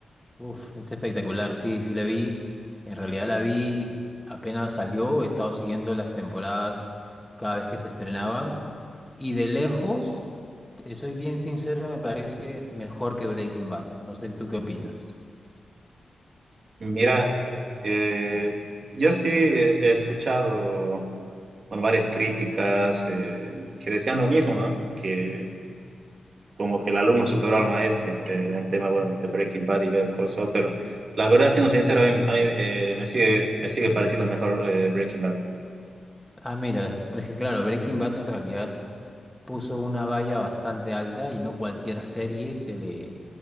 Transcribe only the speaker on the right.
Mira, eh, yo sí he escuchado bueno, varias críticas eh, que decían lo mismo, ¿no? Que como que el alumno superó al maestro eh, en el tema, bueno, de Breaking Bad y Better Call Saul, pero la verdad, siendo sincero, a mí, a mí, eh, me sigue, me sigue pareciendo mejor eh, Breaking Bad.